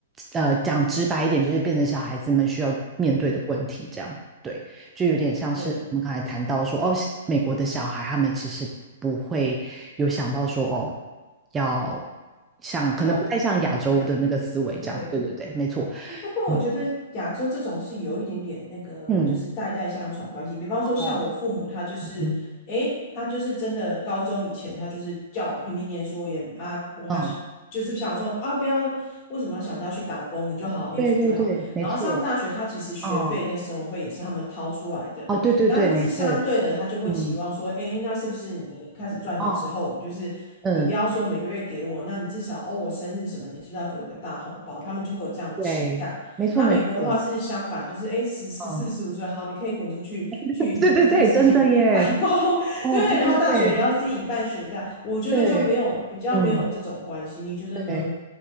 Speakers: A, on the right; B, on the left.
A: 呃，讲直白一点，就是变成小孩子们需要面对的问题这样。
B: 是，
A: 对。就有点像是我们刚才谈到说，
B: 对，
A: 哦，美国的小孩他们其实不会有想到说，哦，要像可能不太像亚洲的那个思维这样。
B: 要养，对。
A: 对对对，没错。
B: 不不过我觉得亚洲这种是有一点点那个，
A: 嗯嗯
B: 就是代代相传关系。比方说像我父母，
A: 哦
B: 他就是，
A: 嗯
B: 诶，他就是真的高中以前，他就是叫我拼命念书，也啊，我还是就是想说啊，
A: 嗯，
B: 不要，为什么要想着要去打工？你就好好念书就好。
A: 对对对，没错。
B: 然后上大学，他其实学费跟生活费也是他们掏出来的。
A: 嗯哦，对对对，
B: 然后，但是相对的，
A: 没错。
B: 他就会期望说，
A: 嗯
B: 哎，那是不是你开始赚钱之后，
A: 哦
B: 就是你不要说每个月给我，
A: 嗯，
B: 那你至少哦，我生日什么，你是不是要给我一个大红包？他们就会有这样的期待。
A: 对，没错没错。
B: 那美国的话是相反，就是哎，十十四十五岁，
A: 嗯，
B: 好，你可以滚出去去那个
A: <laughs> 对对对，
B: Food City
A: 真的耶。
B: 打工，<laughs>
A: 哦，
B: 对，
A: 对对对
B: 然后大学也要自己办学贷。我觉得就没有比较没有这种关系，
A: 对，嗯，
B: 你觉得呢？
A: 对。